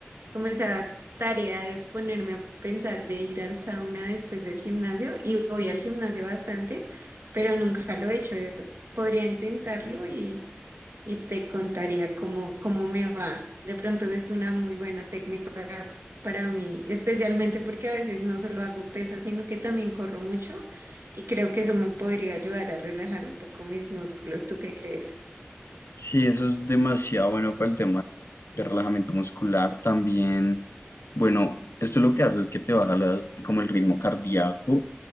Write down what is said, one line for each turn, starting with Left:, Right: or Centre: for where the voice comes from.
Right: como esa tarea de ponerme a pensar de ir al sauna después del gimnasio y voy al gimnasio bastante, pero nunca lo he hecho. eh, Podría intentarlo y, y te contaría cómo, cómo me va. De pronto es una muy buena técnica para mí, especialmente porque a veces no solo hago pesas, sino que también corro mucho y creo que eso me podría ayudar a relajar un poco mis músculos. ¿Tú qué crees?
Left: Sí, eso es demasiado bueno para el tema de relajamiento muscular también. Bueno, esto lo que hace es que te baja las- como el ritmo cardíaco